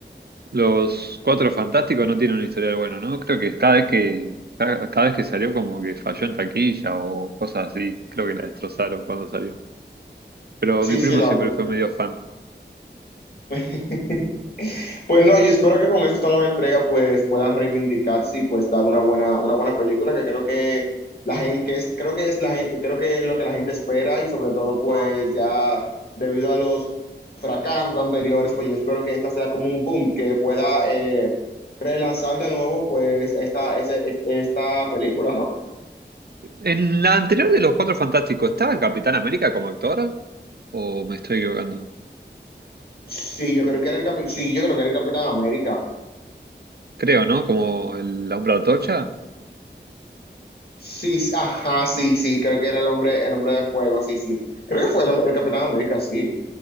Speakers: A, on the right; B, on the left.
A: Los Cuatro Fantásticos no tienen un historial bueno, ¿no? Creo que cada vez que, cada, cada vez que salió como que falló en taquilla o cosas así, creo que la destrozaron cuando salió. Pero
B: Sí,
A: mi primo
B: sí, la
A: siempre
B: verdad.
A: fue medio fan.
B: que- Pues no, yo espero que con esta nueva entrega pues puedan reivindicarse y pues dar una buena, una buena película que creo que la gente, que es, creo que es la gen- creo que es lo que la gente espera y sobre todo pues ya debido a los fracasos anteriores, pues yo espero que esta sea como un boom, que pueda eh, relanzar de nuevo pues esta, ese- es- esta película, ¿no?
A: En la anterior de los Cuatro Fantásticos, ¿estaba el Capitán América como actor? ¿O me estoy equivocando?
B: Sí, yo creo que era el Capi- sí, yo creo que era el Capitán América.
A: Creo, ¿no? Como el Hombre Antorcha.
B: Sí, sí, ajá, sí, sí, creo que era el hombre, el hombre de fuego, sí, sí. Creo que fue el, hom- el Capitán América, sí.